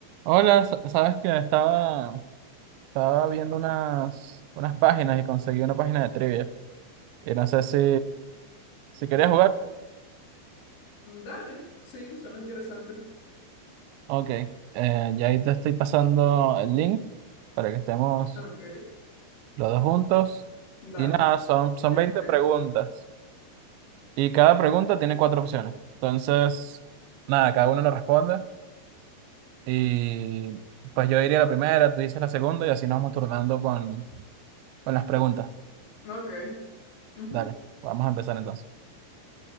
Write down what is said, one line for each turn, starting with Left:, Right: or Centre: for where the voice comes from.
Right: Hola, sa- sabes que estaba, estaba viendo unas, unas páginas y conseguí una página de trivia. Y no sé si, si querías jugar.
Left: Dale, sí, suena interesante.
Right: Ok, eh, ya ahí te estoy pasando el link para que estemos
Left: Ok,
Right: los dos juntos.
Left: dale,
Right: Y nada, son, son
Left: ya
Right: 20
Left: entré.
Right: preguntas. Y cada pregunta tiene cuatro opciones. Entonces, nada, cada uno lo responde. Y pues yo diría la primera, tú dices la segunda y así nos vamos turnando con, con las preguntas.
Left: Ok. ujú.
Right: Dale, vamos a empezar entonces.